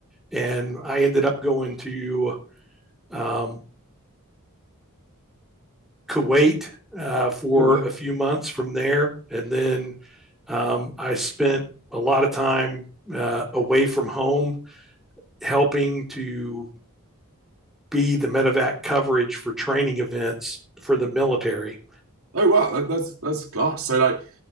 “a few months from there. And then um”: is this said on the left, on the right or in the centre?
Centre